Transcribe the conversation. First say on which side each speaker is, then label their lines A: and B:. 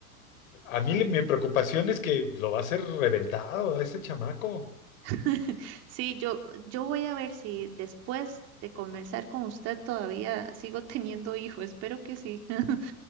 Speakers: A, on the left; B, on the right.
A: a mí le- mi preocupación es que lo va a hacer reventado a ese chamaco.
B: <laughs> Sí, yo, yo voy a ver si después de conversar con usted todavía sigo <laughs> teniendo hijo. Espero que sí. <laughs>